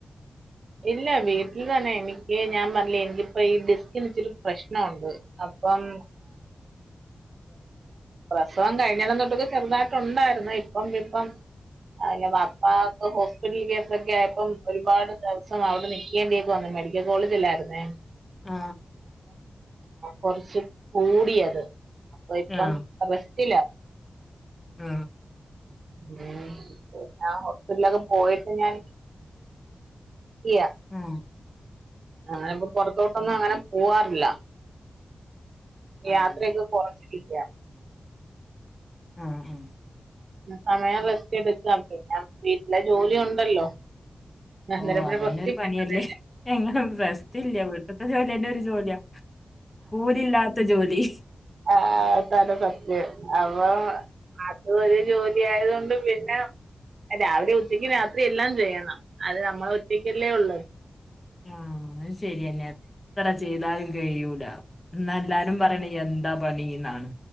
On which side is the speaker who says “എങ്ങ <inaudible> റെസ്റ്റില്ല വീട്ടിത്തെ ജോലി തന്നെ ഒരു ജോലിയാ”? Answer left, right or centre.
Left